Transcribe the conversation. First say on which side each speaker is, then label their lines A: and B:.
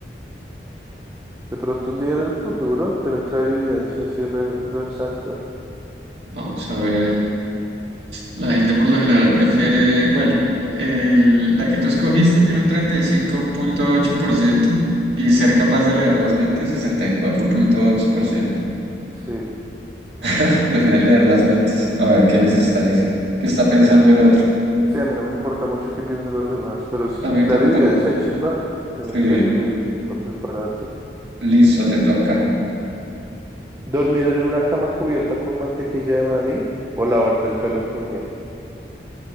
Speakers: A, on the right (about 15°); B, on the right (about 85°).
A: de pronto un día en el futuro, tener clarividencia así re, re exacta.
B: vamos a ver. La gente por lo general prefiere, bueno, el- la que tú escogiste tiene un treinta y cinco punto ocho por ciento y ser capaz de leer las mentes sesenta y cuatro punto dos por ciento.
A: Sí,
B: <laughs> Prefieren leer las mentes, a ver qué les está diciendo, qué está pensando el otro.
A: sí, a mí no me importa mucho qué piensen los demás, pero sí,
B: A mí
A: clarividencia,
B: tampoco.
A: chimba, tener
B: Sí,
A: clarividencia para prepararse.
B: listo, te toca.
A: Dormir en una cama cubierta con mantequilla de maní o lavarte el pelo con miel.